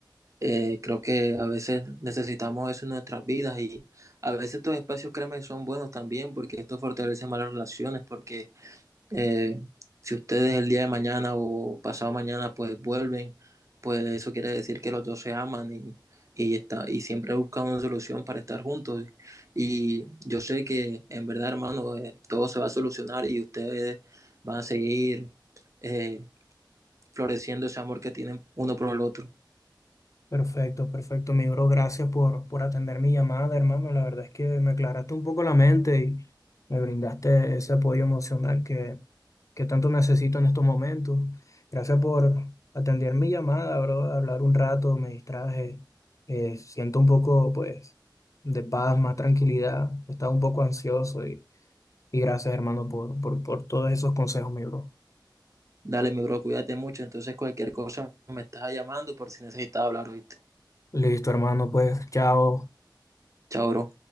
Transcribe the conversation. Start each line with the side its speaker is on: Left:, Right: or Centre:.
Right: Eh, creo que a veces necesitamos eso en nuestras vidas y a veces estos espacios, créeme, son buenos también porque esto fortalece más las relaciones, porque eh, si ustedes el día de mañana o pasado mañana pues vuelven, pues eso quiere decir que los dos se aman y, y, está, y siempre buscan una solución para estar juntos. Y yo sé que en verdad, hermano, eh, todo se va a solucionar y ustedes van a seguir eh, floreciendo ese amor que tienen uno por el otro.
Left: Perfecto, perfecto, mi bro. Gracias por, por atender mi llamada, hermano. La verdad es que me aclaraste un poco la mente y me brindaste ese apoyo emocional que, que tanto necesito en estos momentos. Gracias por atender mi llamada, bro. Hablar un rato, me distraje. eh, siento un poco, pues, de paz, más tranquilidad. Estaba un poco ansioso y, y gracias, hermano, por, por, por todos esos consejos, mi bro.
Right: Dale, mi bro, cuídate mucho. Entonces, cualquier cosa me estás llamando por si necesitas hablar, ¿oíste?
Left: Listo, hermano, pues, chao.
Right: Chao, bro.